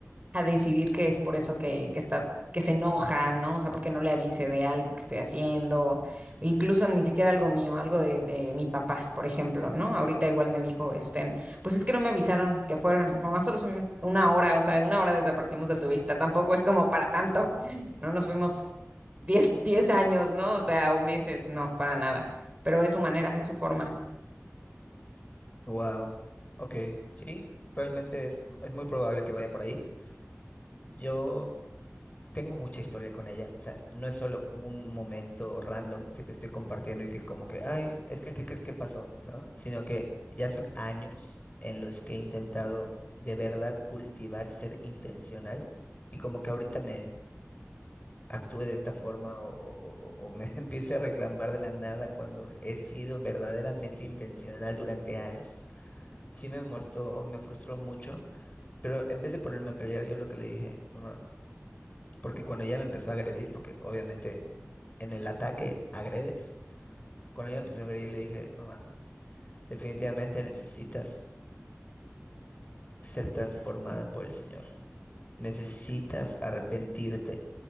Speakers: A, on the right; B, on the left.
A: a decidir que es por eso que, que está, que se enoja, ¿no? O sea, porque no le avise de algo que estoy haciendo, incluso ni siquiera algo mío, algo de, de mi papá, por ejemplo, ¿no? Ahorita igual me dijo, este, pues es que no me avisaron que fueron, y mamá, solo son una hora, o sea, una hora desaparecimos de tu vista, tampoco es como para tanto, <laughs> no nos fuimos diez diez años, ¿no? O sea, o meses, no, para nada, pero es su manera, es su forma.
B: Wow. Ok. Realmente es, es muy probable que vaya por ahí. Yo. tengo mucha historia con ella. O sea, no es solo un momento random que te estoy compartiendo y que como que, ay, es que, ¿qué crees que pasó? ¿No? Sino que ya son años en los que he intentado de verdad cultivar ser intencional y como que ahorita me actúe de esta forma o, o- o- o me <laughs> empiece a reclamar de la nada cuando he sido verdaderamente intencional durante años. Sí me mostró, me frustró mucho, pero en vez de ponerme a pelear, yo lo que le dije, mamá. Porque cuando ella me empezó a agredir, porque obviamente en el ataque agredes, cuando ella me empezó a agredir le dije, mamá, definitivamente necesitas ser transformada por el Señor. Necesitas arrepentirte